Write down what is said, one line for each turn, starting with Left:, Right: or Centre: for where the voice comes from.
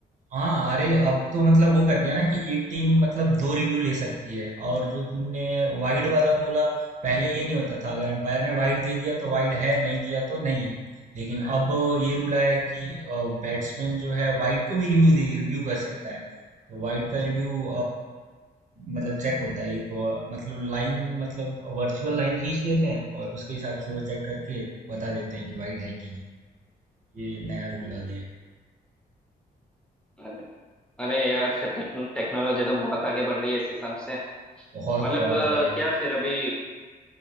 Right: हाँ अरे अब तो मतलब वो कर दिया ना कि एक टीम मतलब दो रिव्यू ले सकती है और जो तुमने वाइड वाला बोला पहले ये नहीं होता था अगर अंपायर ने वाइड दे दिया तो वाइड है नहीं दिया तो नहीं है लेकिन अब ये रूल आया है कि बैट्समैन जो है वाइड को भी रिव्यू दे रिव्यू कर सकता है तो वाइड का रिव्यू मतलब चेक होता है एक अ, मतलब लाइन मतलब वर्चुअल लाइन खींच देते हैं और उसके हिसाब से वो चेक करके बता देते हैं कि वाइड है कि नहीं ये नया रूल आ दिया है।
Centre: अरे अरे यार फिर टेक्न, टेक्नोलॉजी तो बहुत आगे बढ़ रही है इस हिसाब से
Right: बहुत
Centre: मतलब
Right: बहुत
Centre: अ,
Right: भाई
Centre: क्या फिर अभी